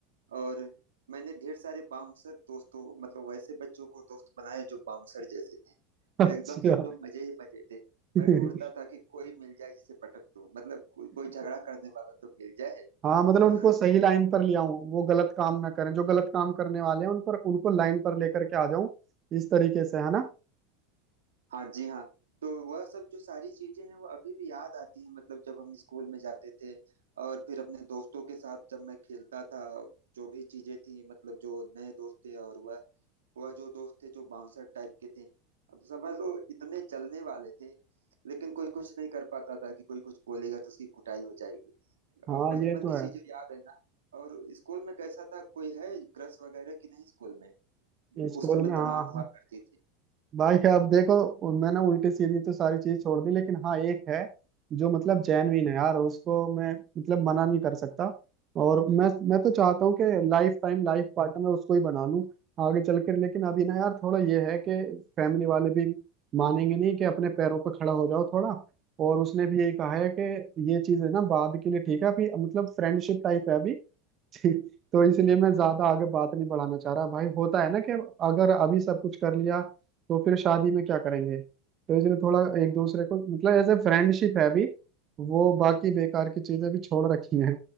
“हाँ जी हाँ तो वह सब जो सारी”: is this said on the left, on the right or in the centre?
Right